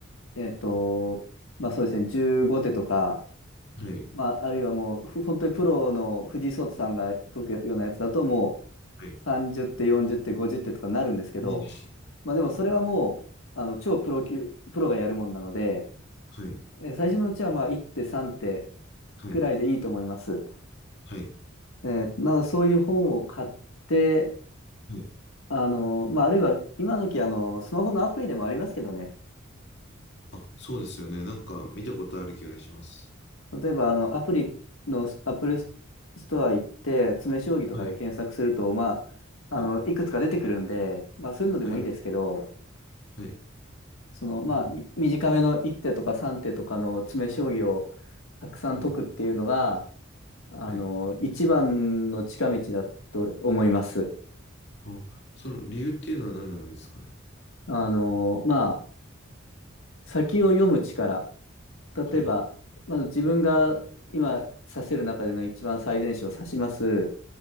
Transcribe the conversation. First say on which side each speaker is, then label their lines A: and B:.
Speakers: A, on the left; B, on the left.
A: えーっと、まあそうですね、15手とか、
B: はい、
A: まあ、あるいはもう、ふ本当にプロの藤井聡太さんが解くようなやつだと、も
B: はい、え
A: う30手、40手、50手とかなるんですけど、
B: ー
A: まあでもそれはもう、あの、超プロ級、プロがやるもんなので、
B: はい、
A: えー最初のうちはまあ1手、3手
B: はい、
A: くらいでいいと思います。
B: はい、
A: えーなので、そういう本を買って、
B: はい。
A: あの、まあ、あるいは、今時、あの、スマホのアプリでもありますけどね、
B: あ、そうですよね。なんか見たことある気がします。
A: 例えば、あの、アプリの、アップルストア行って、詰将棋とかで検索すると、
B: はい、
A: まあ、あの、
B: え
A: いくつか出てくるんで、まあ、そういうのでもいいですけど、
B: はい、はい、
A: その、まあ、
B: うん、
A: み短めの1手とか3手とかの詰将棋をたくさん解くっていうのが、
B: はい、
A: あの、
B: はい。
A: 一番の近道だと思います。
B: あ、その理由っていうのは何なんですかね。
A: あの、まあ、先を読む力。例えば、
B: はい、
A: まず自分が今指せる中での一番最善手を指します。